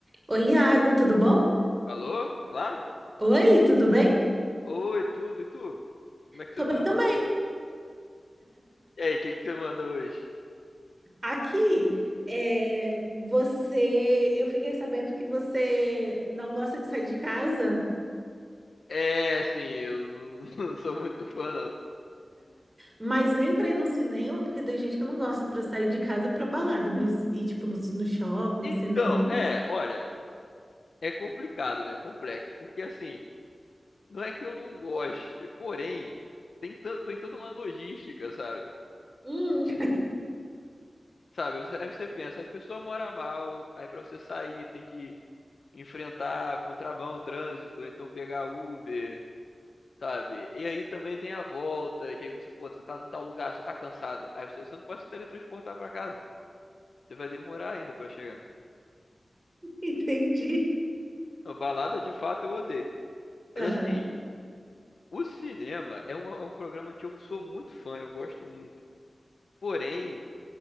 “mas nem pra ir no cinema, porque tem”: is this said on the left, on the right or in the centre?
Right